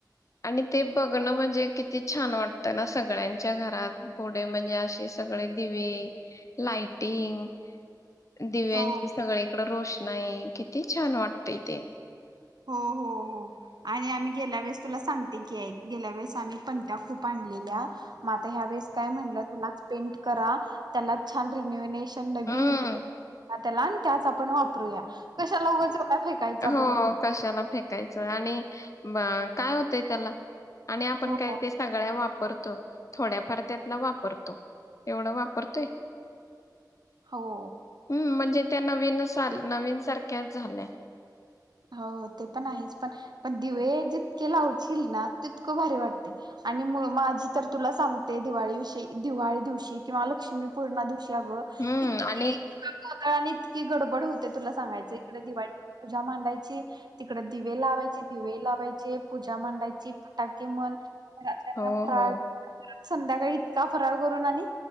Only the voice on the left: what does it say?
आणि ते बघणं म्हणजे किती छान वाटतं, ना सगळ्यांच्या घरात बोडे म्हणजे, असे सगळे दिवे लाइटिंग. दिव्यांचे
सगळे. रोशनाई किती छान वाटतय ते.
हम्म.
हो
कशाला फेकायचं आणि काय होतंय त्याला. आणि आपण
काय ते सगळ्या वा परत थोड्या फार त्यातला वापरतो, एवढ वापरतोय.
हम्म म्हणजे त्या नवीन नवीन सारख्याच झाल्या.
हम्म
आणि
हो
हो